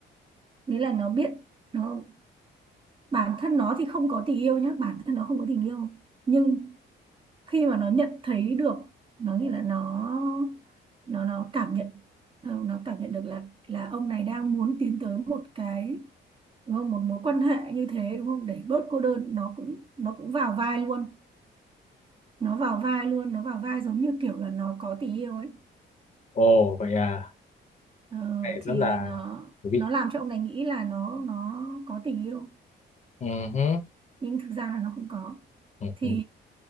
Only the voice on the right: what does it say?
nghĩa là nó biết nó bản thân nó thì không có tình yêu nhá bản thân nó không có tình yêu nhưng khi mà nó nhận thấy được nó nghĩa là nó nó nó cảm nhận nó nó cảm nhận được là là ông này đang muốn tiến tới một cái đúng không một mối quan hệ như thế đúng không để bớt cô đơn nó cũng nó cũng vào vai luôn nó vào vai luôn nó vào vai giống như kiểu là nó có tình yêu ấy
ờ,
thì
nó
nó làm cho ông này nghĩ là nó nó có tình yêu
nhưng thực ra là nó không có
thì